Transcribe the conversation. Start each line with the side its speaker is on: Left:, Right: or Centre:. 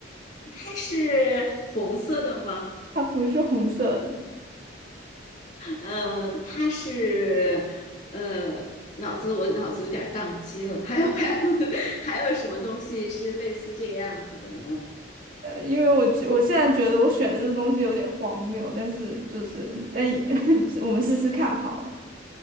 Left: 它是红色的吗？
Right: 它不是红色的。
Left: 嗯，它是，呃，脑子我脑子有点儿宕机了，还有还有 <laughs> 还有什么东西是类似这个样子的呢？
Right: 呃，因为我觉我现在觉得我选的这东西有点荒谬，但是就是但
Left: 嗯，
Right: <laughs> 我们试试看好了。